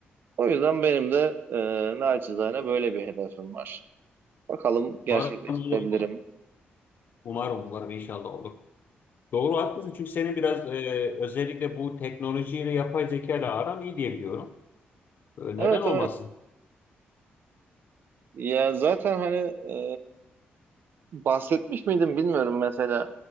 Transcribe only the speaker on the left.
Umarım olur. Umarım umarım inşallah olur. Doğru haklısın çünkü senin biraz e, özellikle bu teknolojiyle yapay zeka ile aran iyi diye biliyorum. E,
neden olmasın?